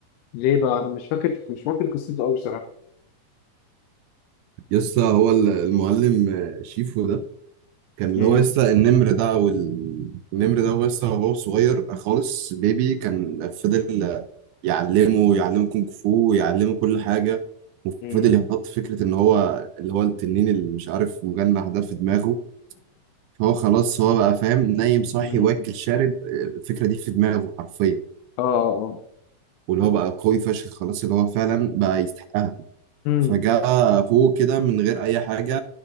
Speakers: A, on the left; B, on the right.
A: ليه بقى انا مش فاكر مش فاكر قصته قوي بصراحه
B: يسا هو ال- المعلم آه، شيفو ده كان اللي
A: امم
B: هو لسه النمر ده او ال- النمر ده هو لسه هو صغير خالص بيبي كان فضل يعلمه يعلمه كونغ فو يعلمه كل حاجه وفضل
A: امم
B: يحط فكره ان هو اللي هو التنين اللي مش عارف مجنح ده في دماغه فهو خلاص هو بقى فاهم نايم صاحي
A: امم
B: واكل
A: <laughs>
B: شارب الفكره دي في دماغه حرفيا
A: اه اه
B: واللي هو بقى قوي فشخ خلاص اللي هو فعلا بقى يستحقها
A: امم
B: فجاء فوق كده من غير اي حاجه